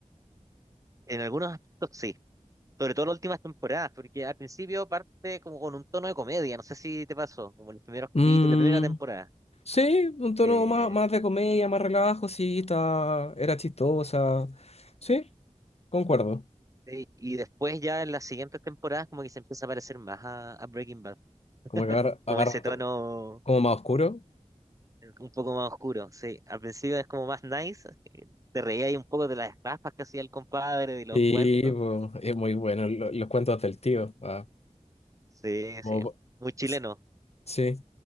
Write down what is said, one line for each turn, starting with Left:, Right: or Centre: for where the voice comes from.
Right: En algunos aspectos sí, sobre todo las últimas temporadas, porque al principio parte como con un tono de comedia, no sé si te pasó, como en los primeros
Left: Mm,
Right: capítulos, la primera temporada.
Left: sí, un tono
Right: Eh,
Left: más, más de comedia, más relajo, sí, está, era chistosa, sí, concuerdo,
Right: y y después ya en las siguientes temporadas como que se empieza a parecer más a, a Breaking Bad,
Left: como que agar- agarran,
Right: como ese tono.
Left: todo, como más oscuro.
Right: Un poco más oscuro, sí. Al principio es como más nice. eh, Te reía ahí un poco de las raspas que hacía el compadre, de los
Left: Sí,
Right: cuentos.
Left: po, es muy bueno lo- los cuentos del tío. ah,
Right: Sí,
Left: como-
Right: sí. Muy chileno,
Left: s- sí.